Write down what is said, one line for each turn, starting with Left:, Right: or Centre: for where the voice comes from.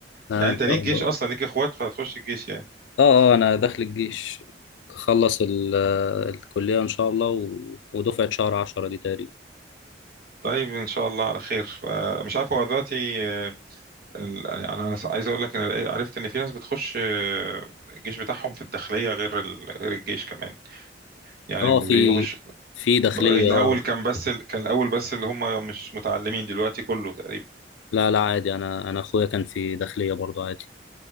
Left: آه،
Right: يعني انت
Left: ان
Right: ليك
Left: شاء الله
Right: جيش اصلا ليك اخوات فهتخش الجيش يعني
Left: اه اه انا داخل الجيش اخلص ال- آه، الكليه ان شاء الله و... ودفعه شهر 10 دي تقريبا
Right: طيب ان شاء الله على خير فمش عارف هو دلوقتي آه، ال- يعني انا عايز اقول لك ان عرفت ان في ناس بتخش آه، الجيش بتاعهم في الداخليه غير ال... غير الجيش كمان يعني
Left: اه
Right: ما بيقوش
Left: في في داخليه
Right: الاول
Left: اه
Right: كان بس ال... كان الاول بس اللي هم مش متعلمين دلوقتي كله تقريبا
Left: لا لا عادي انا انا اخويا كان في داخليه برضه عادي